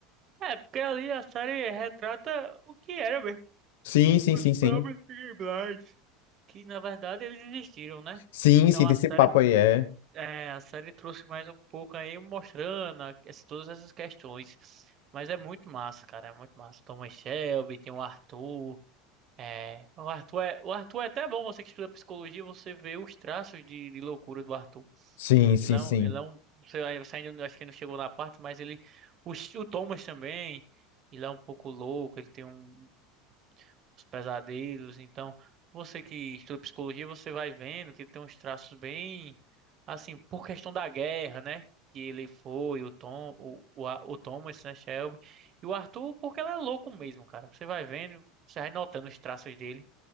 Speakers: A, on the right; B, on the left.
A: É, porque ali a série retrata o que era mesmo.
B: Sim, sim,
A: Os
B: sim, sim.
A: próprios Peaky Blinders. Que na verdade eles existiram, né?
B: Sim,
A: Então
B: sim, tem
A: a
B: esse
A: série,
B: papo aí, é.
A: é, a série trouxe mais um pouco aí mostrando a- essa- todas essas questões. Mas é muito massa, cara. É muito massa. Thomas Shelby, tem o Arthur. É, o Arthur é, o Arthur é até bom, você que estuda psicologia, você vê os traços de, de loucura do Arthur.
B: Sim, sim,
A: Ele é
B: sim.
A: um, ele é um, você ainda você ainda não- acho que não chegou na parte, mas ele, o, o Thomas também, ele é um pouco louco, ele tem um- uns pesadelos, então você que estuda psicologia, você vai vendo que ele tem uns traços bem, assim, por questão da guerra, né? Que ele foi, o Tom, o, o, A- o Thomas, né, Shelby, e o Arthur, porque ele é louco mesmo, cara. Você vai vendo, você vai notando os traços dele.